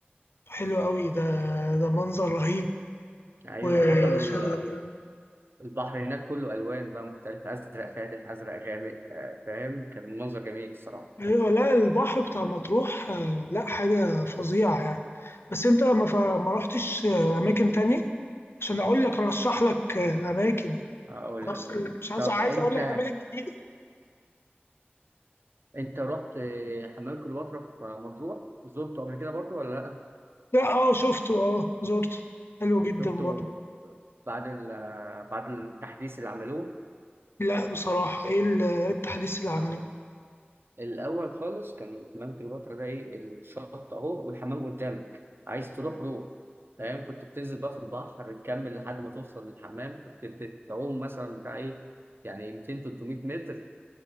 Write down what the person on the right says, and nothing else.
ايوه
حتى ال- البحر هناك كله الوان بقى مختلفه ازرق فاتح ازرق غامق آه، فاهم كان منظر جميل الصراحه
آه، اول الالوان
طب
انت
انت رحت آه، حمام كليوباترا في مطروح زرته قبل كده برضو ولا لا
شفته
بعد ال- آه، بعد التحديث اللي عملوه
آه. الاول خالص كان حمام كليوباترا ده ايه الشط اهو والحمام قدامك عايز تروح روح فاهم كنت بتنزل بقى في البحر تكمل لحد ما توصل للحمام كنت بتعوم مثلا بتاع ايه يعني 200 300 متر